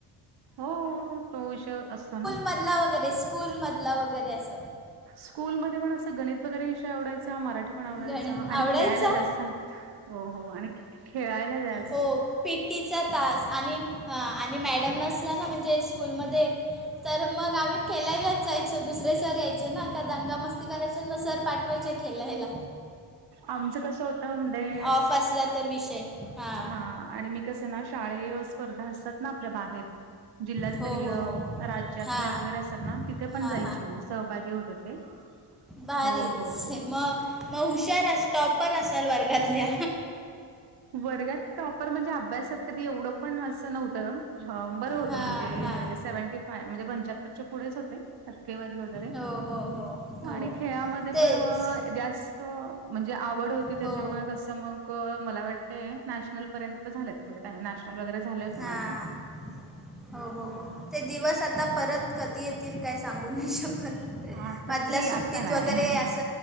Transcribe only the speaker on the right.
हो.. तो विषय असतो ना?
स्कूलमध्ये पण अस गणित वगैरे विषय आवडायचा. मराठी पण आवडायचा
आणि
खेळायला जास् हो हो आणि खेळायला जास्
आमचं कसं होतं म्हणजे
हा आणि मी कसं ना शाळे स्पर्धा असतात ना आपल्या बाहेर जिल्हास्तरीय
राज्यातल्या
वगैरे असतात ना तिथे पण
जायचे मी सहभागी होत होते
हो हो हो
वर्गात टॉपर म्हणजे अभ्यासात. कधी एवढं पण अस नव्हतं बरं होतं
म्हणजे
सेव्हटी काय म्हणजे पंच्याहत्तरच्या पुढेच होते. टक्केवारी वर
आणि खेळामध्ये
पण जास्त म्हणजे आवड होती. त्याच्यामुळे
अस मग मला वाटतय नॅशनल पर्यंत झालेत. म्हणजे नॅशनल वगैरे झाले होते
माझे.
आता
ते
आता नाही.